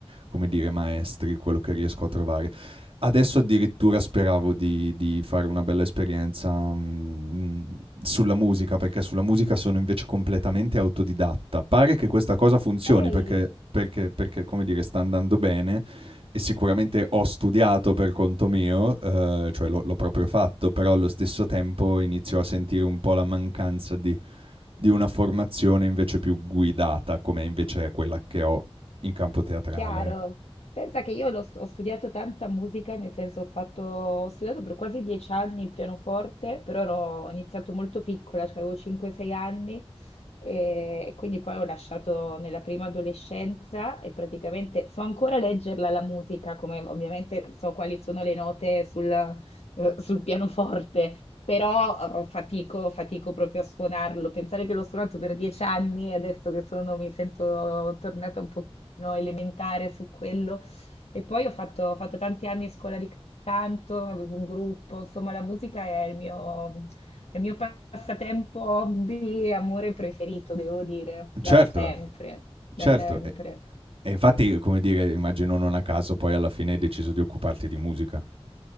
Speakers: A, on the right (about 60°); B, on the left (about 80°).
A: come dire, maestri, quello che riesco a trovare. Adesso addirittura speravo di, di fare una bella esperienza mm, sulla musica, perché sulla musica sono invece completamente autodidatta. Pare che questa cosa funzioni
B: Ok.
A: perché, perché- perché, come dire, sta andando bene e sicuramente ho studiato per conto mio, eh, cioè l'ho, l'ho proprio fatto, però allo stesso tempo inizio a sentire un po' la mancanza di, di una formazione invece più guidata, come invece è quella che ho in campo teatrale.
B: Chiaro.
A: ecco.
B: Pensa che io l'ho st- ho studiato tanta musica, nel senso ho fatto, ho studiato per quasi dieci anni il pianoforte, però ero- ho iniziato molto piccola, cioè avevo 5-6 anni, ehm, e quindi poi ho lasciato nella prima adolescenza e praticamente so ancora leggerla la musica, come ovviamente so quali sono le note sul, eh, sul pianoforte, però eh, fatico, fatico proprio a suonarlo. Pensare che l'ho suonato per dieci anni e adesso che sono, mi sento tornata un pochino elementare su quello. E poi ho fatto, ho fatto tanti anni in scuola di canto, avevo un gruppo, insomma, la musica è il mio, è il mio passatempo, hobby, amore preferito, devo dire, da
A: Certo,
B: sempre, da
A: certo,
B: sempre.
A: E infatti, come dire, immagino non a caso poi alla fine hai deciso di occuparti di musica.